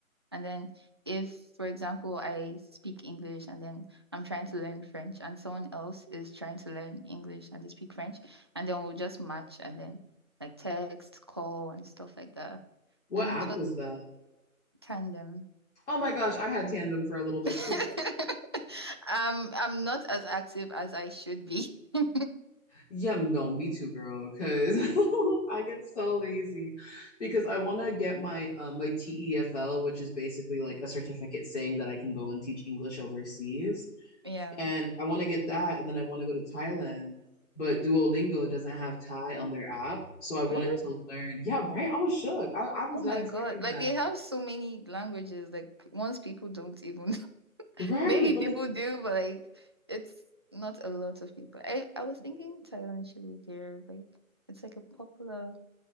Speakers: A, on the right (about 20°); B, on the left (about 50°).
A: And then, if for example, I speak English and then I'm trying to learn French, and someone else is trying to learn English and they speak French, and then we'll just match and then like text, call, and stuff like that.
B: what
A: And
B: app
A: it was
B: was that?
A: tandem.
B: Oh my gosh, I had Tandem for a little bit
A: <laughs>
B: too.
A: Um, I'm not as active as I should be. <laughs>
B: Yeah, no, me too, girl, because <laughs> I get so lazy because I want to get my um, my TEFL, which is basically like a certificate saying that I can go and teach English overseas.
A: Yeah.
B: And I want to get that, and then I want to go to Thailand, but Duolingo doesn't have Thai on their app, so I wanted
A: Really?
B: to learn. Yeah, right. I was shook. I, I was
A: Oh
B: not
A: my
B: expecting
A: God. Like
B: that.
A: they have so many languages. Like once people don't even <laughs>
B: Right,
A: maybe
B: but
A: people
B: like
A: do, but like it's not a lot of people. I I was thinking Thailand should be there. Like it's like a popular